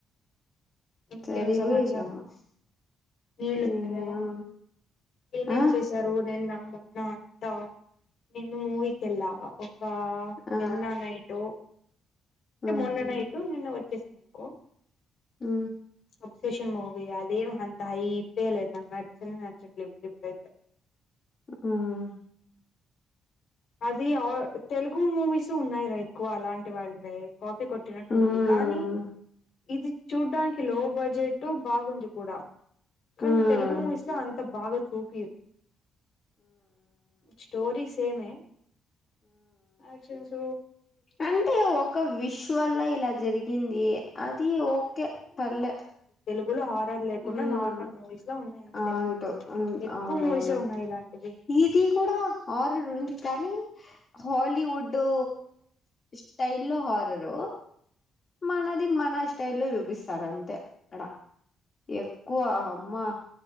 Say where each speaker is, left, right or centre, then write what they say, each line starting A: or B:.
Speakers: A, on the left; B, on the left.
A: ఇంకేం
B: సరిపోయిందమ్మా
A: సమాచారం నీళ్లు
B: ఏం
A: తగావా ఏమేం
B: ఆ
A: చేశారు నేను నామ నిన్న అంతా నేను మూవికి ఎల్లవ కా
B: ఆ
A: నిన్న నైటు అంటే
B: మ్మ్
A: మొన్న నైటు నిన్న వ చ్చేసాం అనుకో
B: ఉ
A: అప్సేషన్ మూవీ అదేం అంత హై ప్పే లేదు నాకు నచ్చనే నచ్చట్లే ఇప్పుడు ఇప్పుడైతే
B: మ్మ్
A: అది ఆ తెలుగు మూవీస్ ఉన్నాయిరా ఎక్కువ అలాంటి వాళ్ళే కాపీ కొట్టినట్టు
B: మ్మ్
A: ఉంది
B: మ్మ్
A: కానీ ఇది చూడ్డానికి లో బడ్జెట్ బాగుంది కూడా కానీ
B: మ్మ్
A: తెలుగు మూవీస్
B: మ్మ్
A: లో అంత బాగా చూపియరు స్టోరి సేమే ఆక్షన్స్
B: అంటే ఒక విశ్వల్లా ఇలా జరిగింది అది ఓకే పర్లే
A: గులు హారాల్ లేకుండా
B: ఉమ్
A: నార్మల్ మూవీస్ లో ఉన్నాయంతే
B: అవుంటు ఉమ్
A: ఎక్కువ
B: అవునవును
A: మూవీసే ఉన్నాయి ఇలాంటివి
B: ఇది కూడా హార్రర్ ఉంది కానీ హాలీవుడ్ టు స్టైల్ లో హారరు మనది మన స్టైల్లో చూపిస్తారు అంతే ఆడ ఎక్కువ అమ్మా